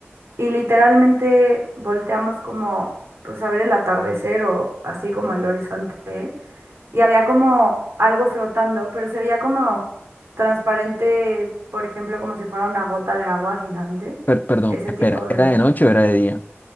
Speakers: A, on the right; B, on the left.
A: y literalmente volteamos como, pues a ver el atardecer o así como el horizonte. y había como algo flotando, pero se veía como transparente, por ejemplo, como si fuera una gota de agua gigante.
B: Per- perdón,
A: Ese
B: espera,
A: tipo de...
B: ¿era de noche o era de día?